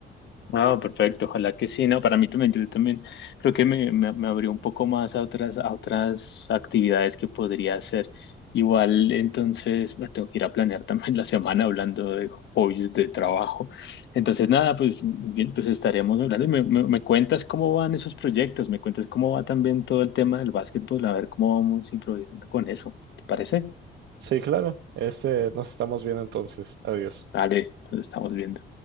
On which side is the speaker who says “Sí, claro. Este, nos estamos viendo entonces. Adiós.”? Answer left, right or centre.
Right